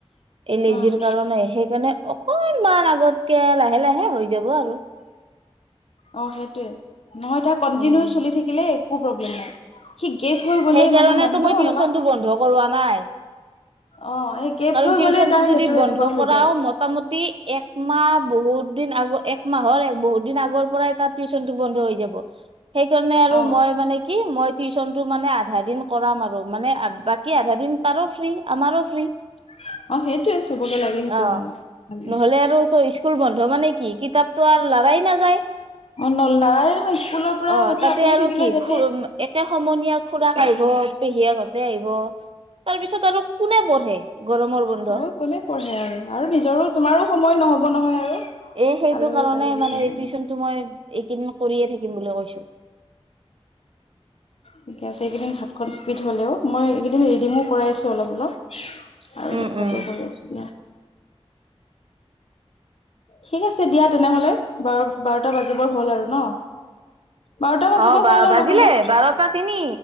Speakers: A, on the right; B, on the left.
A: এলেজিৰ
B: উম
A: কাৰণে সেইকাৰণে অকনমান আগতকে লাহে - লাহে হৈ যাব আৰু।
B: অ, সেইটোৱে নহয় তাক কন্টিনিউ
A: উম
B: চলি থাকিলে একো প্ৰব্লেম নাই। সি গেপ হৈ গ'লেই
A: সেইকাৰণেতো
B: মানে মানুহটো
A: মই টিউচনটো
B: অলপমান
A: বন্ধ কৰোৱা নাই
B: অ এই গেপ
A: কাৰণ
B: হৈ
A: টিউচনটো
B: গ'লে তাৰ
A: যদি
B: সেইটো
A: বন্ধ
B: এনেকুৱা হৈ
A: কৰা
B: যায়
A: মোটামটি এক মাহ বহুত দিন আগৰ এক মাহৰ বহুত দিন আগৰ পৰাই তাত টিচনটো বন্ধ হৈ যাব। সেইকাৰণে আৰু
B: অ
A: মই মানে কি মই টিউশচন টো মানে আধা দিন কৰাম আৰু মানে বাকী আধা দিন তাৰো ফ্ৰী আমাৰো ফ্ৰী।
B: <inaudible> চবকে লাগে সেইটো
A: অ,
B: সময় ভাল হৈছে
A: নহলে আৰু ত স্কুল বন্ধ মানে কি-কি কিতাপতো আৰু লাৰাই নাযায়।
B: অ নল নালাগে নহয় স্কুলৰ পৰা
A: অ,
B: সিহঁতে
A: তাতে
B: আঁতৰি
A: আৰু
B: থাকিলে
A: কি
B: সিহঁতে
A: খু একে সমনীয়া খুৰাক আহিব। পেহীয়েকহতে আহিব তাৰ পিছত আৰু কোনে পঢ়ে। গৰমৰ বন্ধ
B: অ, কোনে পঢ়ে আৰু আৰু নিজৰো তোমাৰো সময় নহব নহয় আৰু।
A: এ সেইটো
B: আলহী
A: কাৰণে
B: চালহী
A: মানে
B: কাৰণে।
A: এই টিউশচনটো মই এইকেইদিন কৰিয়ে থাকিম বুলি কৈছো।
B: ঠিক আছে এইকেইদিন হাতখন স্পিড হ'লেও মই এইকেইদিন ৰিদিঙু কৰাই আছো অলপ-অলপ। আৰু
A: উম
B: ভাত
A: উম
B: বাৰু দিয়া। ঠিক আছে দিয়া তেনেহলে বাৰ-বাৰটা বাজিবৰ হল আৰু ন। বাৰটা বাজিব
A: অ, বাৰ
B: হ'ল আৰু
A: বাজিলে
B: বোলো
A: বাৰটা তিনি